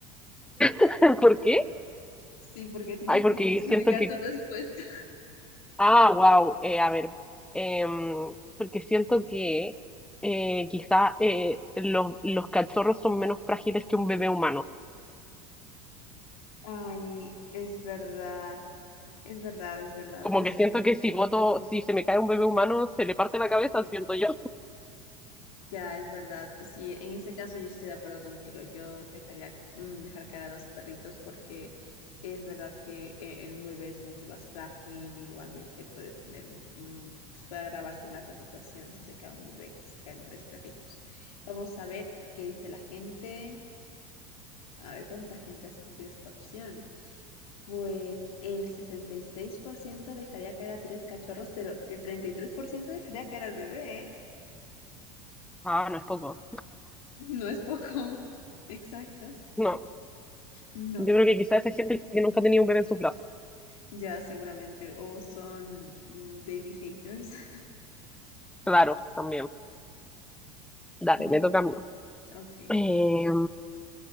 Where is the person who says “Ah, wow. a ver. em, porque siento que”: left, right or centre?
Centre